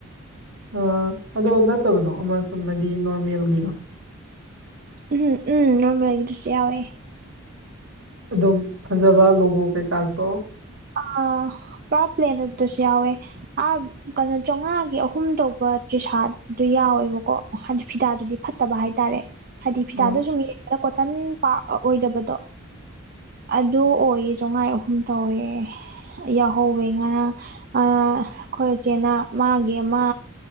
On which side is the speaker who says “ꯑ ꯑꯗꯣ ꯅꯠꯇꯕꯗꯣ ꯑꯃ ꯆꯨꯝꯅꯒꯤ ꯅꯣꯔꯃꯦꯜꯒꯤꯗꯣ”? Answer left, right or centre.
Right